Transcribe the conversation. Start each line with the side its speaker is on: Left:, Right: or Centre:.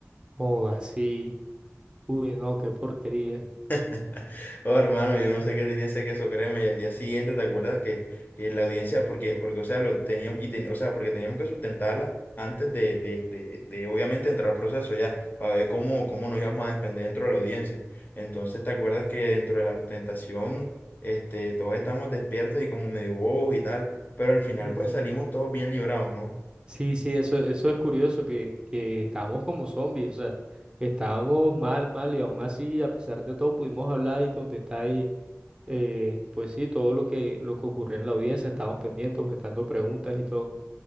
Right: o así. Uy, no, qué porquería.
Left: <laughs> Oh, hermano, yo no sé qué tenía ese queso crema y al día siguiente, ¿te acuerdas que, que la audiencia, porque, porque, o sea, lo teníamos, y ten- o sea, porque teníamos que sustentarla antes de, de, de, de, obviamente entrar al proceso ya, para ver cómo, cómo nos íbamos a defender dentro de la audiencia. Entonces, ¿te acuerdas que dentro de la sustentación, este, todos estábamos despiertos y como medio bobos y tal, pero al final
Right: Ujú.
Left: pues salimos todos bien librados, ¿no?
Right: Sí, sí, eso, eso es curioso, que, que estábamos como zombies, o sea, estábamos mal, mal, y aún así, a pesar de todo, pudimos hablar y contestar y, eh, pues sí, todo lo que, lo que ocurrió en la audiencia, estábamos pendientes, objetando preguntas y todo.